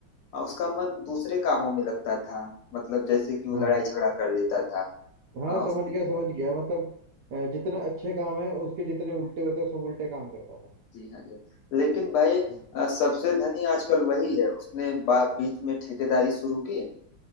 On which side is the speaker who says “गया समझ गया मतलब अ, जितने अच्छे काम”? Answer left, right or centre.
Right